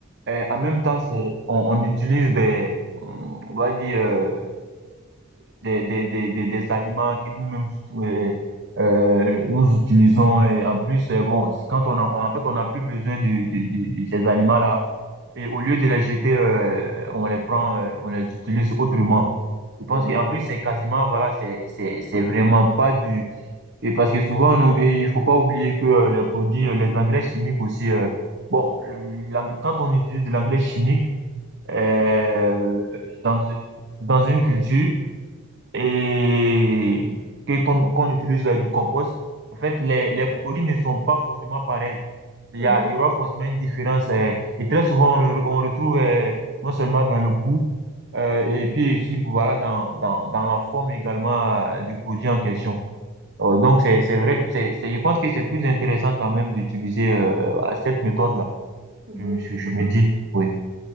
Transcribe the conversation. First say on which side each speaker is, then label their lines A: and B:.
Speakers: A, on the right; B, on the right.
A: Et en même temps, c'est, on, on utilise des, hum, on va dire, euh, des, des, des, des, des aliments que nous-mêmes euh, euh, nous utilisons. Et en plus, euh, bon, c'est quand on a, en fait, on n'a plus besoin de, de, de, de ces aliments-là. Et au lieu de les jeter, euh, on les prend, euh, on les utilise autrement. Je pense
B: Mhm,
A: qu'en plus, c'est quasiment, voilà, c'est, c'est, c'est vraiment pas du et parce que souvent, nous, et il faut pas oublier que euh, les produits, euh, les engrais chimiques aussi, euh, bon, le- l'eng- quand on utilise de l'engrais chimique euh, dans, une- dans une culture et que ton- qu'on utilise euh, du compost, en fait, les, les produits ne sont pas forcément pareils. Il
B: mhm,
A: y a, il y aura forcément une différence. euh, et très souvent, on le re- on retrouve euh, non seulement dans le goût, euh, et puis aussi, voilà, dans, dans, dans la forme également euh, du produit en question. Euh, donc, c'est, c'est vrai que c'est, c'est- je pense que c'est plus intéressant quand même d'utiliser euh, voilà, cette méthode-là.
B: mhm.
A: Je, me suis- je me dis, oui.